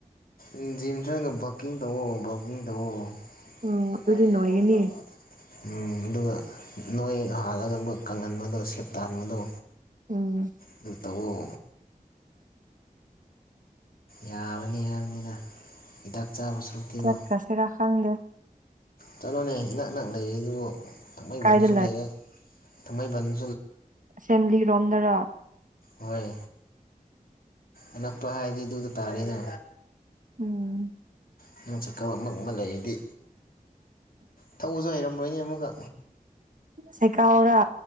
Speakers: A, on the left (about 85°); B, on the right (about 60°).
A: ꯏꯪ ꯖꯤꯝ ꯆꯠꯂ ꯕꯥꯀꯤꯡ ꯇꯧꯋꯣ ꯕꯥꯀꯤꯡ ꯇꯧꯋꯣ <unintelligible>
B: ꯎꯝ ꯑꯗꯨꯗꯤ ꯅꯣꯏꯒꯅꯤ
A: ꯎꯝ ꯑꯗꯨꯒ ꯅꯣꯏ ꯍꯥꯜꯂꯒ ꯑꯃꯨꯛꯀ ꯀꯪꯍꯟꯕꯗꯣ ꯁꯦꯞ ꯇꯥꯍꯟꯕꯗꯣ
B: ꯎꯝ
A: ꯑꯗꯨ ꯇꯧꯋꯣ ꯌꯥꯕꯅꯤ ꯍꯥꯏꯅꯤꯗ ꯍꯤꯗꯥꯛ ꯆꯥꯕ ꯁꯔꯨꯛꯇꯤꯀꯣ
B: ꯆꯠꯈ꯭ꯔꯁꯤꯔꯥ ꯈꯪꯗꯦ
A: ꯆꯠꯂꯣꯅꯦ ꯏꯅꯛ ꯅꯛ ꯂꯩꯔꯤꯗꯨꯕꯨ ꯊꯥꯡꯃꯩꯕꯟꯗꯁꯨ
B: ꯀꯥꯏꯗ
A: ꯂꯩꯔꯦ ꯊꯥꯡꯃꯩꯕꯟ
B: ꯑꯁꯦꯡꯕꯗꯤ ꯀꯗꯣꯝꯗꯔ
A: ꯍꯣꯏ ꯑꯅꯛꯄ ꯍꯥꯏꯗꯤ ꯑꯗꯨꯗ ꯇꯥꯔꯦꯗ
B: ꯎꯝ
A: <unintelligible> ꯇꯣ ꯑꯃ ꯃꯛ ꯂꯩꯔꯤꯗꯤ ꯊꯧꯕꯁꯨ ꯍꯩꯔꯝꯃꯣꯏꯅꯦ ꯑꯃꯨꯛꯀ
B: ꯁꯦꯀꯥꯎꯔꯥ